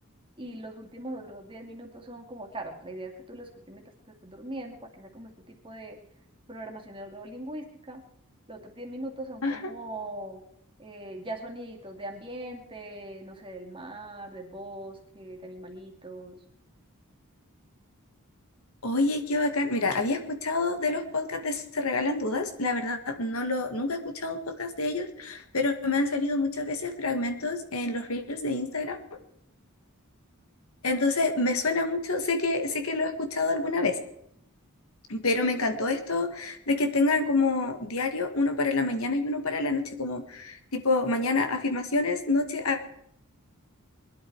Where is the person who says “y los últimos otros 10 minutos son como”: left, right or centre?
Right